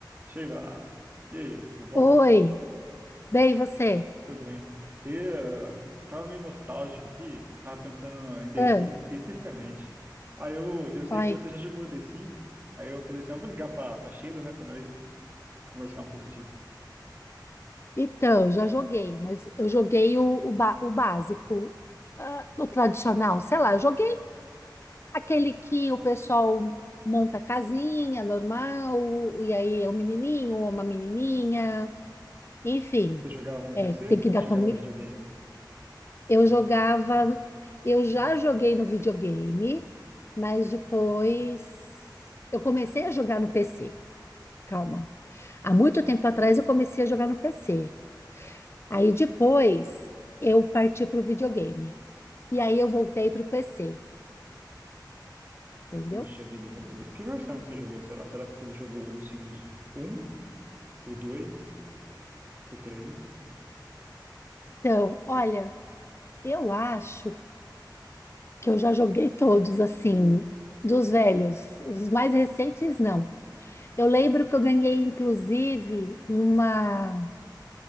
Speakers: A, on the right (about 25°); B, on the left (about 35°).
A: Sheila, e aí, tudo bom?
B: Oi, bem você?
A: Tudo bem. Queria, eu tava meio nostálgico aqui, tava pensando em The
B: Ah,
A: Sims especificamente. Aí eu, eu sei
B: oi.
A: que você já jogou The Sims, aí eu falei assim, "Ah, eu vou ligar pra, pra Sheila, né, pra nós conversar um pouco disso.
B: Então, já joguei, mas eu joguei o, o, ba- o básico, ah, o tradicional, sei lá, eu joguei aquele que o pessoal monta casinha normal, e aí é um menininho ou uma menininha, enfim,
A: Você jogava no
B: é,
A: PC
B: tem que
A: ou você
B: dar
A: jogava
B: comida.
A: no videogame?
B: Eu jogava, eu já joguei no videogame, mas depois eu comecei a jogar no PC, calma. Há muito tempo atrás eu comecei a jogar no PC. Aí depois eu parti para o videogame. E aí eu voltei para o PC, entendeu?
A: Puxa vida, vamos ver. Que versão que você jogou, será? Será que você jogou o The Sims um, o 2, o 3?
B: Então, olha, eu acho que eu já joguei todos assim, dos velhos. Os mais recentes, não. Eu lembro que eu ganhei, inclusive, uma.